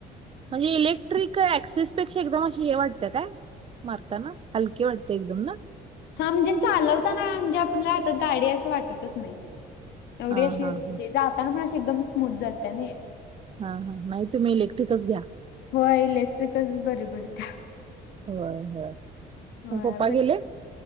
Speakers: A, on the right; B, on the left.
A: म्हणजे इलेक्ट्रिक ऍक्सिस पेक्षा एकदम अशी हे वाटतं का मरताना हलकी वाटते एकदम ना
B: हा म्हणजे चालवताना म्हणजे आपल्याला आता गाडी असं वाटतच नाही एवढी
A: हा
B: अशीे
A: हा हा
B: जाताना पण अशी एकदम स्मूथ जाते ना
A: हा हा नाही तुम्ही इलेक्ट्रिकच घ्या
B: होय इलेक्ट्रिकच बरी पडतीया.
A: होय होय
B: होय
A: म पप्पा
B: मग
A: गेले?